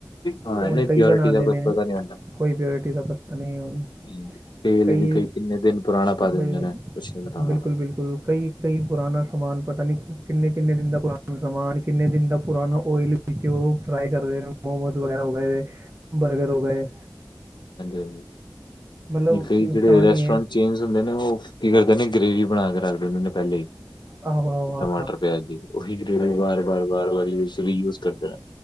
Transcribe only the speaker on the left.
ਹਾਂ
ਨਹੀਂ
ਪਿਓਰਿਟੀ
ਦਾ ਕੁਛ
ਪਤਾ ਨੀ ਹੁੰਦਾ।
ਹਮ, ਤੇਲ
ਵੀ ਕਿੰਨੇ ਦਿਨ ਪੁਰਾਣਾ ਪਾ ਦਿੰਦੇ
ਨੇ ਕੁਛ ਨੀ ਪਤਾ ਹੁੰਦਾ।
ਹਾਂਜੀ
ਹਾਂਜੀ
ਨਹੀਂ ਕਈ
ਜਿਹੜੇ ਰੈਸਟੋਰੈਂਟ
ਚੇਂਜ ਹੁੰਦੇ ਨੇ, ਉਹ ਕੀ ਕਰਦੇ ਨੇ ਗ੍ਰੇਵੀ ਬਣਾ ਕੇ ਰੱਖਦੇ ਹੁੰਦੇ ਨੇ ਪਹਿਲੇ ਈ
ਟਮਾਟਰ, ਪਿਆਜ਼ ਦੀ। ਉਹੀ ਗੇ੍ਵੀ ਵਾਰ-ਵਾਰ-ਵਾਰ-ਵਾਰੀ ਇਸ ਲਈ ਯੂਜ ਕਰਦੇ ਨੇ